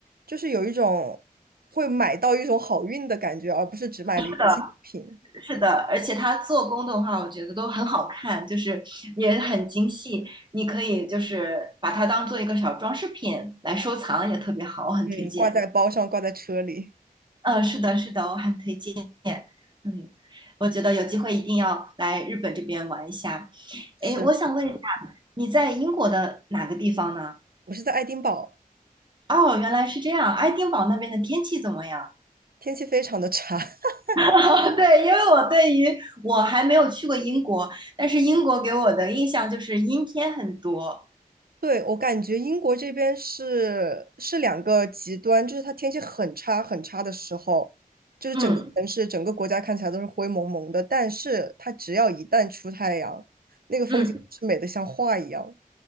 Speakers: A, on the right; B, on the right.
A: 就是有一种会买到一种好运的感觉，而不是只买了一个纪念品。
B: 的。是的，而且它做工的话，我觉得都很好看，就是也很精细。你可以就是把它当做一个小装饰品来收藏，也特别好，我很推荐。
A: 嗯，挂在包上，挂在车里。
B: 嗯，是的，是的，我很推荐。嗯，我觉得有机会一定要来日本这边玩一下。
A: 是，
B: 诶，我想问一下，
A: 是
B: 你在英国的哪个地方呢？
A: 我是在爱丁堡，
B: 哦，原来是这样。爱丁堡那边的天气怎么样？
A: 天气非常的差。<laughs>
B: <laughs> 对，因为我对于我还没有去过英国，但是英国给我的印象就是阴天很多，
A: 对，我感觉英国这边是是两个极端，就是它天气很差很差的时候，就是整个城市、
B: 嗯
A: 整个国家看起来都是灰蒙蒙的，但是它只要一旦出太阳，那个风景是美的像画一样。
B: 嗯，